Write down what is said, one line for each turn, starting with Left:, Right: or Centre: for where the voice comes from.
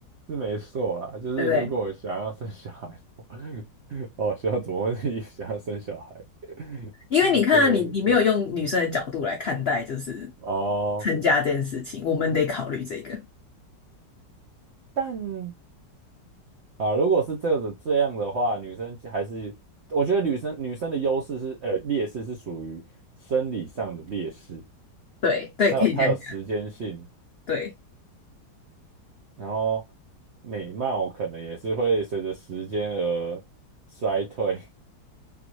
Right: 是没错啦，就是如果我想要生小孩，
Left: 对不对？
Right: <laughs> 哦，需要怎么会自己想要生小孩？
Left: 因为你看啊你你没有用女生的角度来看待就是
Right: <laughs> 这个这个前提哦，
Left: 成家这件事情，我们得考虑这个。
Right: 但啊，如果是这个这样的话，女生还是我觉得女生女生的优势是呃劣势是属于生理上的劣势，
Left: 对对，
Right: 它有它有时间性，
Left: 可以这样讲。对，
Right: 然后美貌可能也是会随着时间而衰退，